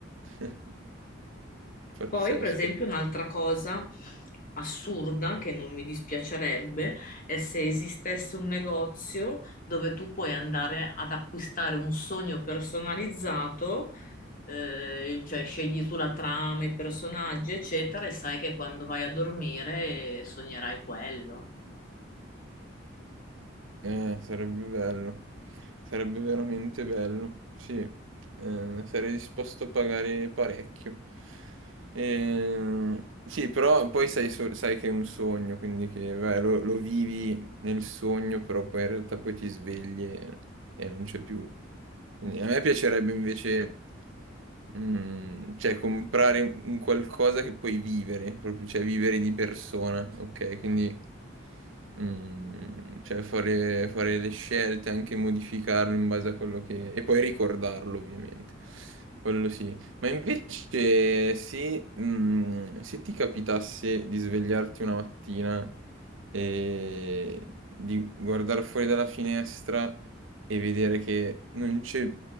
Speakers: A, on the right; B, on the left.
A: <laughs> Pazzesco.
B: Poi, per esempio, un'altra cosa assurda che non mi dispiacerebbe è se esistesse un negozio dove tu puoi andare ad acquistare un sogno personalizzato eh, cioè scegli tu la trama, i personaggi, eccetera, e sai che quando vai a dormire sognerai quello.
A: Eh, sarebbe bello, sarebbe veramente bello, sì, Eh, sarei disposto a pagare parecchio. Eh, sì, però poi sai, so- sai che è un sogno, quindi che vai, lo, lo vivi nel sogno, però poi in realtà poi ti svegli e, e non c'è più. Quindi a me piacerebbe invece, mm, cioè, comprare un qualcosa che puoi vivere, proprio, cioè vivere di persona, ok? Quindi Mm, cioè fare, fare le scelte, anche modificarlo in base a quello che... e poi ricordarlo ovviamente, quello sì. Ma invece se, mm, se ti capitasse di svegliarti una mattina e di guardare fuori dalla finestra e vedere che non c'è